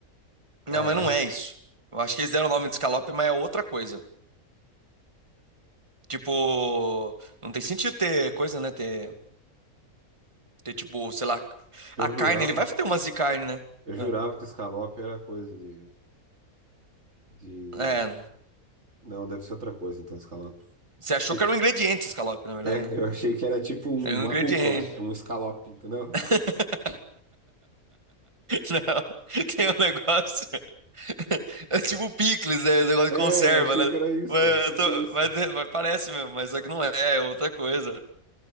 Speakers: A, on the right (about 50°); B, on the right (about 20°).
A: Caralho.
B: Não, mas não é isso. Eu acho que eles deram o nome de escalope, mas é outra coisa. Tipo, não tem sentido ter coisa, né? Ter, ter tipo, sei lá,
A: Eu
B: a carne,
A: jurava.
B: ele vai fazer umas de carne, né?
A: Eu jurava
B: Ah,
A: que escalope era coisa de, de...
B: É.
A: Não, deve ser outra coisa, então, escalope.
B: Você achou
A: E-
B: que era um ingrediente escalope, na verdade,
A: É,
B: né?
A: eu achei que era tipo um,
B: É um
A: uma
B: ingrediente.
A: rúcula, é um Scallop, entendeu?
B: <laughs> Não, tem um negócio. <laughs> É tipo picles, né? Um negócio de
A: É,
B: conserva,
A: eu achei
B: né?
A: que era isso,
B: Mas,
A: velho, tipo
B: eu tô-
A: isso.
B: mas- né, mas parece mesmo, mas só que não é, é outra coisa.